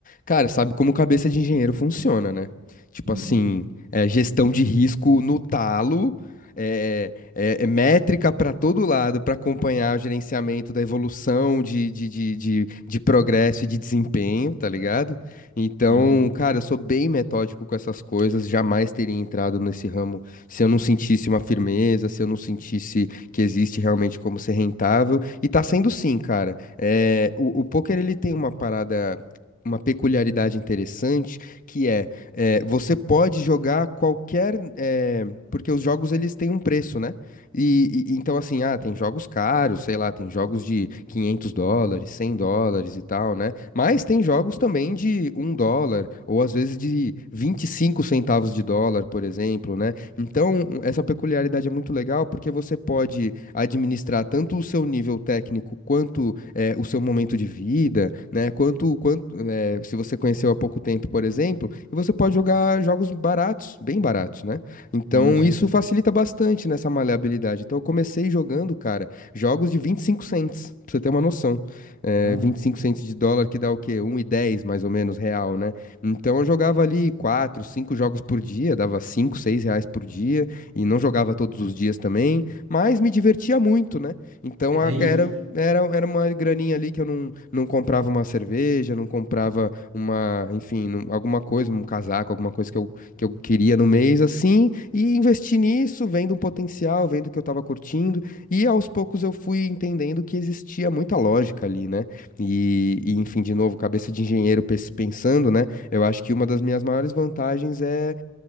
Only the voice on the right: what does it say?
Uhum.
Sim,
sim, sim.
Hã?
É
é isso.